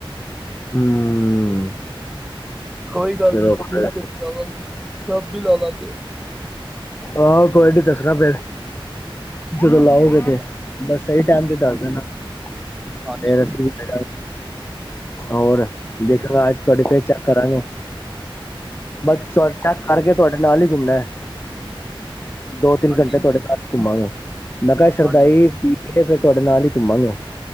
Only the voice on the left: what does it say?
ਹੂੰ,
ਚਲੋ
ਫਿਰ
ਆਹੋ ਕੋਈ ਨੀ ਦੱਸਣਾ ਫੇਰ, ਜਦੋਂ
ਲਓਗੇ,
ਤੇ ਬਸ ਸਹੀ
ਟਾਈਮ ਤੇ ਦੱਸ ਦੇ
ਨਾ ਫੇਰ
ਅਸੀਂ ਵੀ ਬ ਹੋਰ ਦੇਖਾਂਗਾ, ਅੱਜ ਤੁਹਾਡੇ ਫਿਰ ਚੈੱਕ ਕਰਾਂਗੇ। ਬਸ ਚ ਚੈੱਕ
ਕਰਕੇ, ਤੁਹਾਡੇ ਨਾਲ ਹੀ ਘੁੰਮਣਾ ਹੈ ਦੋ ਤਿੰਨ
ਘੰਟੇ ਤੁਹਾਡੇ ਨਾਲ ਘੁੰਮਾਂਗੇ। ਮੈਂ ਕਿਹਾ ਸ਼ਰਦਾਈ
ਪੀ ਕੇ ਫਿਰ ਤੁਹਾਡੇ ਨਾਲ ਹੀ ਘੁੰਮਾਂਗੇ।